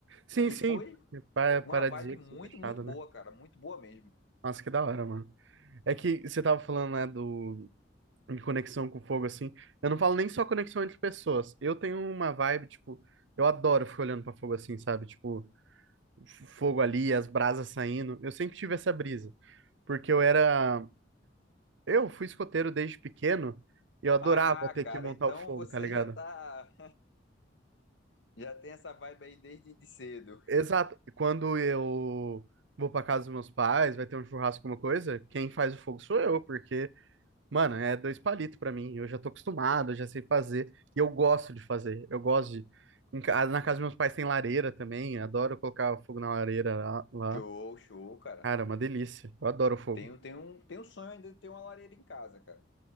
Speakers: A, on the right; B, on the left.
A: Sim,
B: E
A: sim.
B: foi
A: Pa- Paradisíaco,
B: uma vibe muito,
A: assim, fechado,
B: muito
A: né?
B: boa, cara, muito boa mesmo.
A: Nossa, que da hora, mano. É que você tava falando, né, do... de conexão com o fogo, assim. Eu não falo nem só conexão entre pessoas. Eu tenho uma vibe, tipo, eu adoro ficar olhando pra fogo assim, sabe? Tipo, fogo ali, as brasas saindo. Eu sempre tive essa brisa, porque eu era. Eu fui escoteiro desde pequeno e eu adorava
B: Ah,
A: ter
B: cara,
A: que montar
B: então
A: o fogo,
B: você
A: tá ligado?
B: já tá, já tem essa vibe aí desde de cedo.
A: Exato. Quando eu vou pra casa dos meus pais, vai ter um churrasco, alguma coisa, quem faz o fogo sou eu, porque, mano, é dois palitos pra mim. Eu já tô acostumado, eu já sei fazer. E eu gosto de fazer. Eu gosto de. em ca- Na casa dos meus pais tem lareira também. Adoro colocar o fogo na lareira lá. lá.
B: Show, show, cara.
A: Cara, é uma delícia. Eu adoro o fogo.
B: Tenho, tenho, um, tenho um sonho ainda de ter uma lareira em casa, cara.